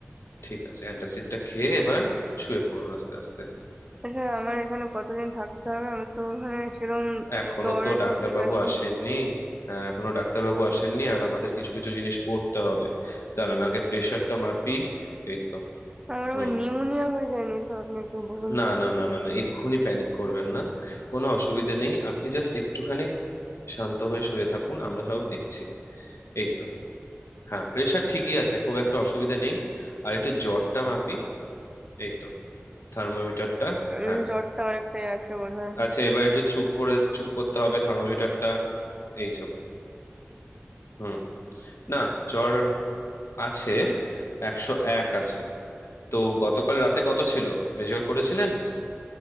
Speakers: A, on the left; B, on the right.
A: ঠিক আছে অ্যান্টাসিডটা খেয়ে এবার শুয়ে পড়ুন আস্তে আস্তে
B: আচ্ছা আমার এখানে কতদিন থাকতে হবে আমার তো মানে সেরকম
A: এখনো
B: জ্বর
A: তো ডাক্তারবাবু
B: সর্দি কাশি
A: আসেননি আহ, এখনো ডাক্তারবাবু আসেননি আর আমাদের কিছু কিছু জিনিস করতে হবে দাঁড়ান আগে প্রেশারটা মাপি এই তো
B: আমার
A: হুম
B: আবার নিউমোনিয়া হয়ে যায়নি তো আপনি একটু বলুন
A: না
B: তো
A: না না না না এক্ষুনি প্যানিক করবেন না কোনো অসুবিধে নেই আপনি জাস্ট একটুখানি শান্ত হয়ে শুয়ে থাকুন আমরা সব দেখছি এই তো হ্যাঁ প্রেশার ঠিকই আছে খুব একটা অসুবিধে নেই আর একটু জ্বরটা মাপি এই তো থার্মোমিটারটা
B: উম,
A: হ্যাঁ
B: জ্বরটা অনেকটাই আছে বোধহয়
A: আচ্ছা এবার একটু চুপ করে চুপ করতে হবে থার্মোমিটারটা এই সব হুম না জ্বর আছে একশো এক আছে তো গতকাল রাতে কত ছিল মেজার করেছিলেন